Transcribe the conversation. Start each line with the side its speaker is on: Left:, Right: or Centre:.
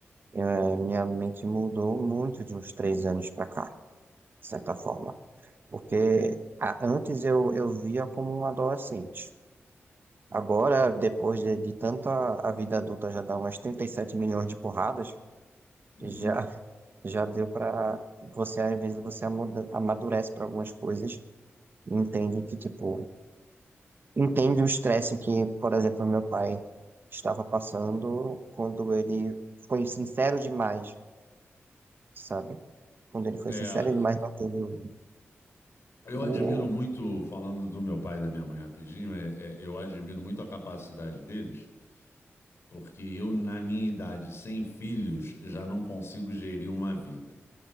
Right: eh, minha mente mudou muito de uns 3 anos pra cá, de certa forma. Porque a- antes eu, eu via como um adolescente. Agora, depois de, de tanta a vida adulta já dá umas 37 milhões de porradas,
Left: Uhum.
Right: já, já deu pra você, às vezes, você amuda- amadurece pra algumas coisas e entende que, tipo, entende o estresse que, por exemplo, meu pai estava passando quando ele foi sincero demais, sabe? Quando ele foi
Left: É,
Right: sincero demais, não teve o...
Left: Eu
Right: o-
Left: admiro muito, falando do meu pai e da minha mãe rapidinho, é- é- eu admiro muito a capacidade deles, porque eu, na minha idade, sem filhos, já não consigo gerir uma vida.